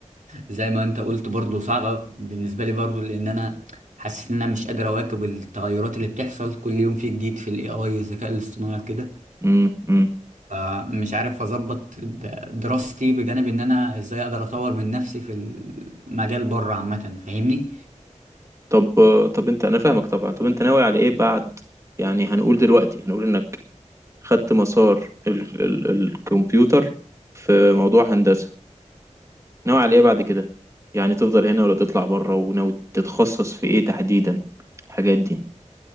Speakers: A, on the right; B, on the right.
A: زي ما انت قلت برضو صعبه بالنسبه لي برضو لان انا حاسس ان انا مش قادر اواكب التغيرات اللي بتحصل كل يوم في جديد في الاي اي والذكاء الاصطناعي كده
B: امم امم
A: فمش عارف اظبط ب- دراستي بجانب ان انا ازاي اقدر اطور من نفسي في المجال بره عامه فاهمني
B: طب آه، طب انت انا فاهمك طبعا طب انت ناوي على ايه بعد يعني هنقول دلوقتي هنقول انك خدت مسار ال... ال... الكمبيوتر في موضوع هندسة ناوي على ايه بعد كده يعني تفضل هنا ولا تطلع بره وناوي تتخصص في ايه تحديدا الحاجات دي